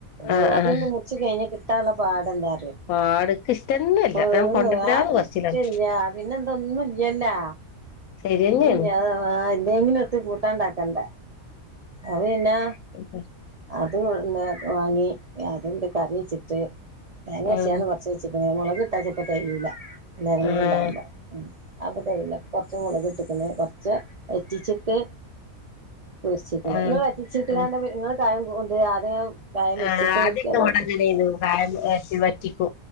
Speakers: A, on the left; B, on the right.
A: ആഹ്
B: അള്ള അത്
A: ആഹ്
B: മുറ്ച്ച് കഴിഞ് കിട്ടാള്ള പാട് എന്താ
A: പാട്ക്ക് ഇഷ്ടന്നല്ല
B: അഹ്
A: ഞാൻ കൊണ്ടരണ്ടാന്ന്
B: ആർക്കും
A: പറച്ചിലാണ്
B: ഇഷ്ടല്ല പിന്നെ എന്തോ ഒന്നുംല്ലല്ലാ
A: ശരിയെന്നേണ്
B: ഒന്നുംല്ല ആവാ ഇല്ലെങ്കി എട്ത്ത് കൂട്ടാണ്ടാക്കണ്ട അപ്പ പിന്നെ
A: <unintelligible>
B: അത് വാങ്ങി അത്ണ്ട് കറി വെച്ചിട്ട് തേങ്ങര്ച്ചാണ്ട്
A: ആഹ്
B: വ വെച്ചച്ച്ക്ക്ണ് മോളക് ഇട്ടാ ച്ചെല്പ്പ തെയ്യൂല്ല എല്ലാരും കൂടി
A: ആഹ്
B: ഉണ്ടാവുമ്പ ഉം അപ്പ തെയ്യൂല്ല കൊറ്ച്ച് മോളക്ക് ട്ട്ക്ണ് കൊറ്ച്ച് വെറ്റിച്ചിട്ട് പോര്ച്ച് ങ്ങള്
A: ആഹ്
B: വെറ്റ്ച്ച്ട്ട്
A: ആഹ് ആഹ്
B: കാണ്ട് ങ്ങള് കായം കൊൻണ്ട്രാ ആദ്യം കായം വെച്ചിട്ട്
A: ആഹ് ആദ്യൊക്കെ
B: പൊരിക്കോ അതോ
A: ഇവടെ ങ്ങനെനു കായം വറ്റി വറ്റിക്കൂ